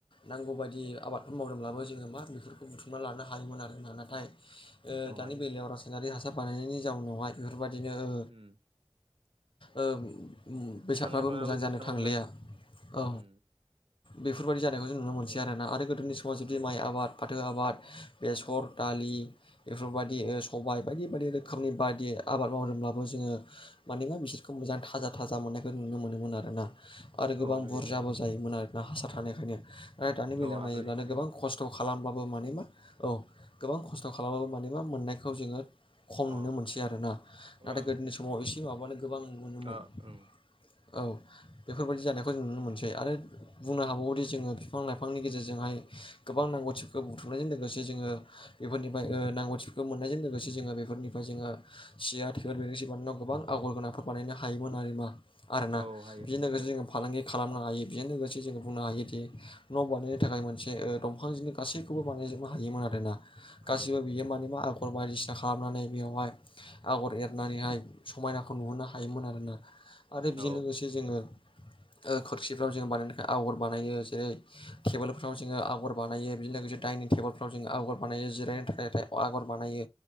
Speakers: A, on the left; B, on the right.
A: नांगौबायदि आबादफोर मावदोंब्लाबो जोङो मा बेफोरखौ बुथुमना लानो हायोमोन आरोना नाथाय ओ
B: औ
A: दानि
B: हायो
A: बेलायाव रासायनारि हासार बानायनायनि जाउनावहाय बेफोरबायदिनो ओ
B: उम
A: ओ बेसादफ्राबो
B: बिफां लाइफाङाबो
A: मोजां
B: जोबस्रांनो
A: जानो थांलिया
B: हमबाय
A: औ
B: उम
A: बेफोरबायदि जानायखौ जों नुनो मोनसै
B: नंगौ नंगौ
A: आरोना आरो गोदोनि समाव जुदि
B: औ
A: माइ आबाद फाथो आबाद बेसर दालि बेफोरबायदि ओ सबाय बायदि बायदि रोखोमनि बायदि आबाद मावदोंब्लाबो जोङो माने मा बिसोरखौ मोजां थाजा-थाजा मोननायखौ नुनो मोनोमोन आरोना आरो गोबां
B: औ नुयो
A: बुरजाबो
B: नुयो
A: जायोमोन आरोना हासार थानायखायनो नाथाय दानि बेलायाव
B: औ आगोलनि
A: नायोब्लानो
B: बेले
A: गोबां
B: उम
A: खस्थ थ खालामबाबो माने मा औ गोबां खस्थ खालामबाबो माने मा मोननायखौ जोङो खम नुनो
B: अ
A: मोनसै आरो ना
B: उरां
A: नाथाय गोदोनि समाव एसे माबानो गोबां नुनोमोनोमोन
B: अ उम
A: औ बेफोरबायदि जानायखौ जों नुनो मोनसै आरो बुंनो हाबावोदि जोङो बिफां लाइफांनि गेजेरजोंहाय गोबां नांगौथिफोरखौ बुथुमनायजों लोगोसे जोङो बेफोरनिफ्राय ओ नांगौथिफोरखौ मोननायजों लोगोसे जोङो बेफोरनिफ्राय जोङो <unintelligible> बानायनायाव गोबां आगर <unintelligible> आरोना
B: औ हायो
A: बेजों
B: हायो
A: लोगोसे
B: औ
A: जोङो फालांगि खालामनो हायो बेजों लोगो से जोङो बुंनो हायोदि न बानायनो थाखाय मोनसे दंफांजोंनो गासैखौबो बानायजोबनो हायोमोन आरोना गासिबो
B: हायो हायो
A: बियो माने मा आगर बायदिसिना खालामनानै बेवहाय आगर एरनानैहाय समायनाखौ नुहरनो हायोमोन आरोना आरो बिजों
B: औ
A: लोगोसे जोङो ओ खोरखिफ्राव जोङो बानायनो थाखाय आगर बानायो जेरै टेबोलफ्राव जोङो आगर बानायो बेजों लोगोसे दाइनिं टेबोलफ्राव जोङो आगर बानायो जिरायनो थाखायथाय आगर बानायो